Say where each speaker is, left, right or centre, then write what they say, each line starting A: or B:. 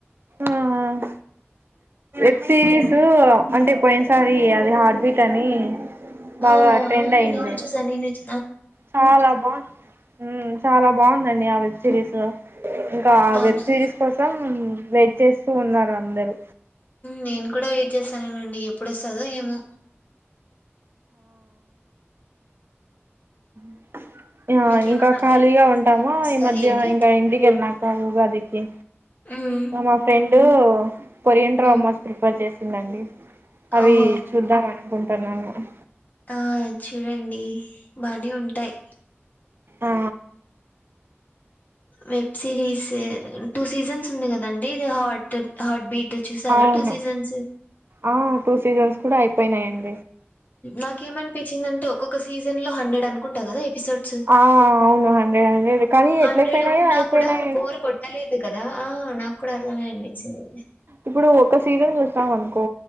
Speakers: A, on the right; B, on the left.
A: ఆ ప్ సిరీస్ అంటే పోయినసారి అది హార్ట్ బీట్ అని బాగా
B: ఆ
A: ట్రెండ్ అయింది
B: నను వ చుసా నను వజ
A: చాలా బాగు చాలా బాగుందండి ఆ వెబ్ సిరీస్ లో ఇంకా
B: అవునా
A: వెబ్ సిరీస్ కోసం వెయిట్ చేస్తూ ఉన్నారు అందరుూ
B: నేను కూడా వెయిట్ చేస్తాను అవునండి ఎప్పుడే చదువు ఏమో
A: హ <inaudible> ఆ
B: మీకేమన్నా
A: ఇంకా
B: అప్డేట్
A: ఖాళీగా
B: తెలుసా
A: ఉంటాము
B: ఎప్పుడు వస్తుంది
A: ఈ మధ్య
B: అని
A: ఇంకా ఇంటికి వెళ్ళినక కాగాదికి
B: ఉమ్,
A: మామ ఫ్రెం కొరియన్ డ్రామోస్
B: ఉమ్,
A: ప్రిపేర్ చేస్త ఇందండి అవి
B: ఓహో
A: చూద్దాం అనుకుంటు స
B: ఆ చూడండి బని ఉంటాయి <inaudible>
A: ఆ
B: వెబ్ సిరీస్ టూ సీజన్స్ ఉంది కదండి ఇది హార్ట్ హార్ట్ బీట్ చూసారా
A: అవును
B: టూ సీజన్స్
A: ఆ టూ సీజన్స్ కూడా ఆయితే పోయినాడి
B: నాకేమనిపించిందండి ఒ ఒక్క సీజన్ లో హండ్రెడ్ అనుకుంటా కదా ఎపిసోడ్స్
A: ఆ అవును హండ్రెడ్ హండ్రెడ్ కానీ
B: హండ్రెడ్
A: ఎట్ల అయిపోయినాయో
B: ఉన్నా
A: అయిపోయినాయి
B: కూడా బోర్ కొట్టలేదు కదా ఆ నాకు కూడా అలానే అనిపించింది
A: ఇప్పుడు ఒక సీజన్ చూ స్తాం అనుకో